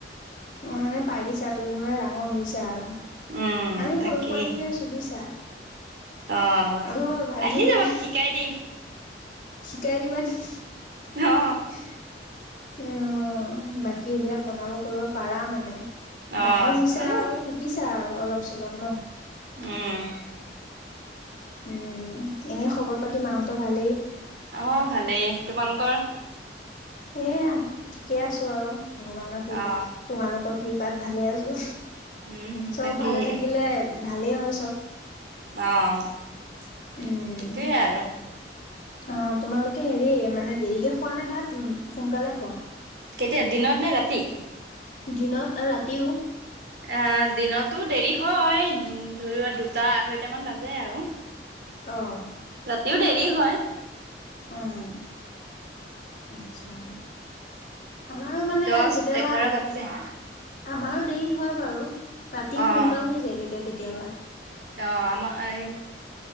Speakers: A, on the left; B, on the right.
A: অ', মানে পাৰিছা তুমি মানে ডাঙৰ হৈছা আৰু।
B: উম
A: আমি
B: তাকেই
A: সৰু পোৱালি হৈ আছো বুজিছা?
B: অ',
A: আমাৰ ভাগি
B: আহি
A: যায়
B: যাবা, শিকাই দিম।
A: শিকাই দিবা নেকি?
B: অ
A: অ', বাকী এইবিলাক বনাব কৰিব পাৰা মানে?
B: অ
A: ডাঙৰ হৈছে
B: পাৰো
A: আৰু শিকিছা আৰু অলপ চলপ ন?
B: উম'।
A: উম', এনেই খবৰ পাতি মাহতৰ ভালেই?
B: অ', ভালেই, তোমালোকৰ?
A: এয়া ঠিকে আছো আৰু ভগৱানৰ কৃপাত,
B: অ
A: তোমালোকৰ কৃপাত ভালে আছো।
B: উম
A: চব
B: তাকেই
A: ভালে থাকিলে ভালেই হয় চব।
B: অ', সেইটোৱে
A: উম,
B: আৰু।
A: অ', তোমালোকে হেৰি মানে দেৰিকে খোৱা নে ভাত সোনকালে খোৱা?
B: কেতিয়া, দিনৰ নে ৰাতি?
A: দিনত আৰু ৰাতিও?
B: অ, দিনত টো দেৰি হয় ধৰিৱা দুটা আঢ়ৈটামান বাজে আৰু।
A: অ',
B: তেও দেৰি হয়।
A: অ', আচ্ছা। আমাৰো মানে
B: দহ
A: কেতিয়াবা
B: এঘাৰ বাজি যায়
A: আমাৰো দেৰি হয় বাৰু, ৰাতি
B: অ',
A: সোনকাল হৈ যায় কেতিয়া-কেতিয়াবা।
B: অ', আমাৰ এই